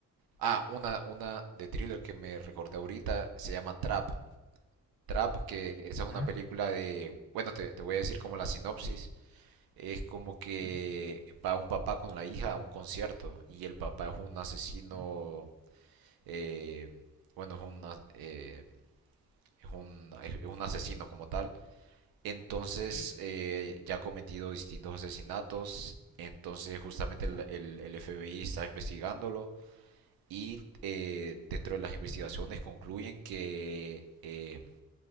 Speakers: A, on the right; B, on the left.
A: Ah, una, una de thriller que me recordé ahorita se llama Trap. Trap, que esa es
B: Ah,
A: una película de, bueno, te, te voy a decir como la sinopsis. Es como que
B: ah,
A: va un papá con la hija a un concierto y el papá es un asesino
B: ah,
A: eh, bueno, es un, eh, es un, es un asesino como tal. Entonces,
B: Sí,
A: eh, ya ha cometido distintos asesinatos. Entonces, justamente
B: uh,
A: el, el- el FBI está investigándolo. Y eh, dentro de las investigaciones concluyen que eh,